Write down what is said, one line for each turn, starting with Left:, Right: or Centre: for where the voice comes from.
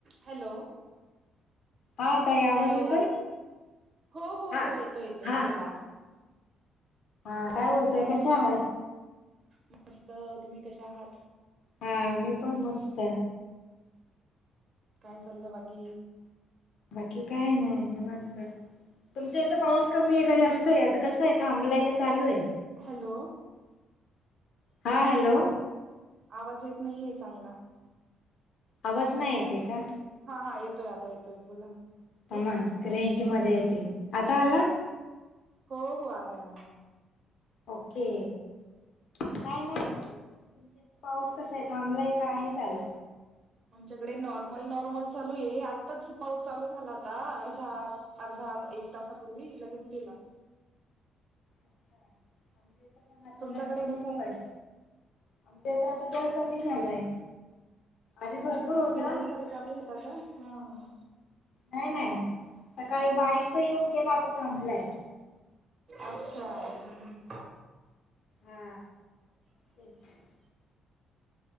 Right: Hello
Left: हा ताई आवाज
Right: हॅलो
Left: येतोय?
Right: हो, हो,
Left: हा
Right: हो येतोय, येतोय
Left: हा.
Right: बोला
Left: हा
Right: काय
Left: बोलताय
Right: म्हणता
Left: कशा आहात?
Right: मस्त तुम्ही कशा आहात?
Left: हा मी पण मस्तये
Right: काय चाललं बाकी?
Left: बाकी काय नाही निवांत तुमचा इथ पाऊस कमी आहे का जास्त आहे आता कसं आहे थांबलाय का चालू आहे
Right: हॅलो
Left: हा हॅलो
Right: आवाज येत नाहीये चांगला
Left: आवाज नाही येते का?
Right: हा, हा येतोय आता येतोय बोला ना
Left: थांबा
Right: ए हात
Left: रेंज मध्ये येते आता आला
Right: हो, हो आलाय, आलाय
Left: ओके काय नाही तुमच्या पाऊस कसा आहे थांबलाय का आहे चालू?
Right: आमच्याकडे नॉर्मल, नॉर्मल चालू आहे आत्ताच पाऊस चालू झाला आता अर्धा अर्धा एक तासापूर्वी लगेच गेला
Left: आमच्या इथ पण आता
Right: तुमच्याकडे
Left: जरा कमीच
Right: कसं आहे
Left: पाड आमच्या इथं आता जरा कमी झालाय आधी भरपूर
Right: अच्छा
Left: होता
Right: दिवसभर चालू होता का? ह
Left: नाही नाही सकाळी बारीकसा येऊन गेलाय आता थांबलाय
Right: अच्छा बरं
Left: हा तेच